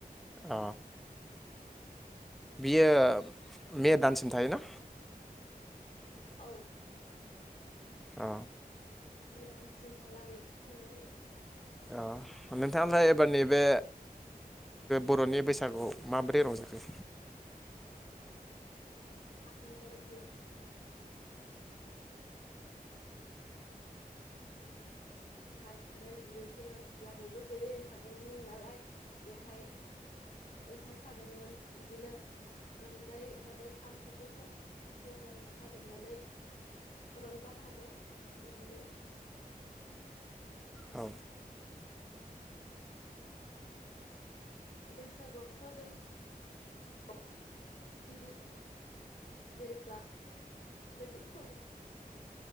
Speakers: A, in the centre; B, on the left.
A: अ बियो मे दानसिम थायोना?
B: औ।
A: औ।
B: मेदानसिमहालागै खुंनाय जायो।
A: ओ नोंथाङाहाय एबार नैबे बर'नि बैसागुआव माबोरै रंजाखो?
B: आं <inaudible> <inaudible> ओ बोराय बुरै सेंग्रा सिख्ला बयबो जयै ओंखारदोंमोन नालाय बेवहाय ओंखारफादोंमोन बिदिनो रंजायै बाजायै खाम सिफ फुं सर सेरजा जथा दामनानै रंजाफादों बिदिनो।
A: औ
B: बैसागुआवथ' जों <unintelligible> गिबि जेनेबा मैग <unintelligible>